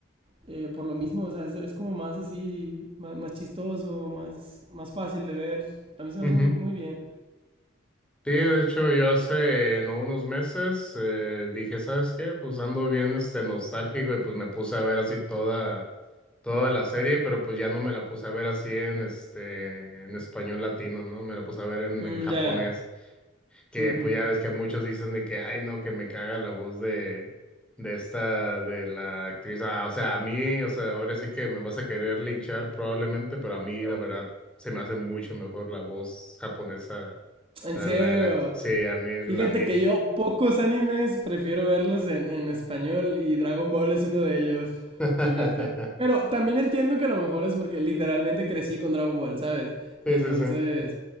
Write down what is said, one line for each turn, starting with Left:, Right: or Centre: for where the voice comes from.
Right: eh, por lo mismo, o sea, es, es como más así, más, más chistoso, más, más fácil de ver. A mí se me
Centre: Ujú.
Right: hace muy, muy bien.
Centre: Sí, de hecho, yo hace no unos meses eh, dije, ¿sabes qué? Pues ando bien este nostálgico y pues me puse a ver así toda toda la serie, pero pues ya no me la puse a ver así en este en español latino, ¿no? Me la puse a ver en,
Right: Mm,
Centre: en japonés,
Right: ya.
Centre: que
Right: Ujú.
Centre: pues ya ves que muchos dicen de que ay no, que me caga la voz de de esta de la actriz. Ah, o sea, a mí, o sea, ahora sí que me vas a querer linchar probablemente, pero a mí la verdad se me hace mucho mejor la voz japonesa.
Right: En
Centre: O sea,
Right: serio.
Centre: la, la, sí, a mí,
Right: Fíjate
Centre: la mí.
Right: que yo pocos animes prefiero verlos en, en español y Dragon Ball es uno de ellos.
Centre: <laughs>
Right: Fíjate. Pero también entiendo que a lo mejor es porque literalmente crecí con Dragon Ball, ¿sabes?
Centre: Sí,
Right: Entonces,
Centre: sí, sí.